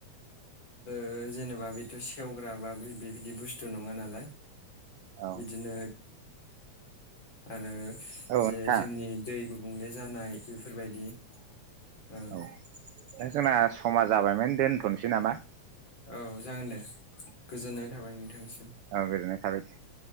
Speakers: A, on the left; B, on the right.
A: ओयो जेनेबा बेथ' सेवग्राबा बि-बेबि बिदि बुस्थु नङा नालाय
B: औ
A: बिदिनो आरो
B: औ नोंथां
A: जे जोंनि दै गुबुंले जानाय बेफोरबायदि ओयो।
B: औ दा जोंना समा जाबायमोन दोन थनसै नामा?
A: औ जागोन दे गोजोननाय थाबाय नोंथांनिसिम
B: औ गोजोननाय थाबाय दे।